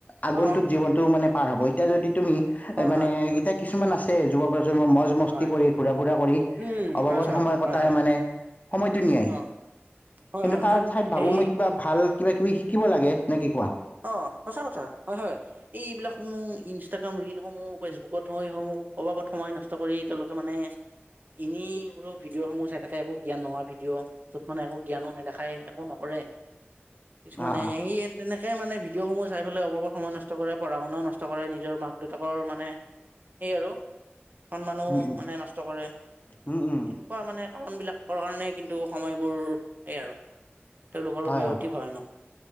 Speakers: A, on the left (about 35°); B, on the right (about 45°).
A: আগন্তুক
B: অ অ
A: জীৱনতটো মানে পাৰ হ'ব। এতিয়া যদি তুমি
B: হয়
A: এ মানে,
B: হয়
A: এতিয়া কিছুমান আছে যুৱ প্ৰজন্মৰ মজ মস্তি
B: হয়
A: কৰি, ঘূৰা ফুৰা কৰি,
B: উম
A: অবাবত
B: হয় ছাৰ
A: সময় কত
B: হয়
A: তাৰ
B: হয়
A: মানে, সময়টো নিয়াই।
B: অ হয়
A: কিন্তু
B: হয়
A: তাৰ
B: হয়
A: ঠাইত ভাবো
B: এই
A: মই কিবা ভাল কিবা কিবি শিকিব লাগে, নে কি কোৱা?
B: অহ সঁচা কথা হয় হয়। এইবিলাক নোহ ইনষ্টাগ্ৰাম ৰিলসমূহ ফেচবুকত সময়সমূহ অবাবত সময় নষ্ট কৰি তেওঁলোকে মানে এনেই বুলো ভিডিঅ'সমূহ চাই থাকে একো জ্ঞান নোহোৱা ভিডিঅ', য'ত মানে একো জ্ঞানো নেদেখায় একো নকৰে, কিছুমানে
A: অ অ
B: সেই তেনেকে মানে ভিডিঅ' সমূহ চাই পেলাই অবাবত সময় নষ্ট কৰে, পঢ়া শুনাও নষ্ট কৰে, নিজৰ মাক-দেউতাকৰ মানে সেই আৰু সন্মানো
A: উম উম
B: মানে নষ্ট কৰে। তেনে
A: উম উম
B: কুৱা মানে কাৰণবিলাকৰ কাৰণে কিন্তু সময়বোৰ এই আৰু তেওঁলোকৰ
A: হয়
B: বাবে
A: হয়
B: অতি ভয়ানক।